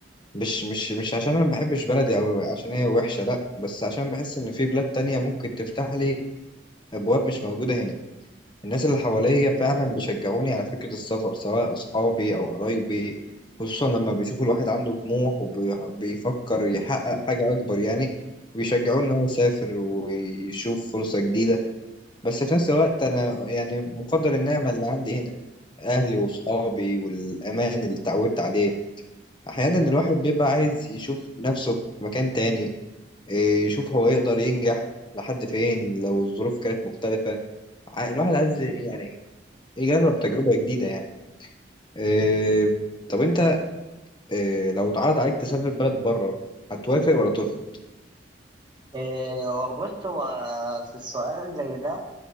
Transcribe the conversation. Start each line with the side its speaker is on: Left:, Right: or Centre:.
Left: مش مش مش عشان انا ما بحبش بلدي او عشان هي وحشه لا بس عشان بحس ان في بلاد تانية ممكن تفتح لي ابواب مش موجوده هنا الناس اللي حواليا فعلا بيشجعوني على فكره السفر سواء اصحابي او قرايبي خصوصا لما بيشوفوا الواحد عنده طموح وبيفكر يحقق حاجه اكبر يعني بيشجعوه ان هو يسافر ويشوف فرصه جديده بس في نفس الوقت انا يعني مقدر النعمه اللي عندي هنا اهلي واصحابي والامان اللي اتعودت عليه احيانا الواحد بيبقى عايز يشوف نفسه في مكان تاني إيه، يشوف هو يقدر ينجح لحد فين لو الظروف كانت مختلفة ع- الواحد عايز يعني يجرب تجربة جديدة يعني إيه، طب انت إيه، لو اتعرض عليك تسافر بلد بره هتوافق ولا ترفض
Right: إيه، بص هو في السؤال زي ده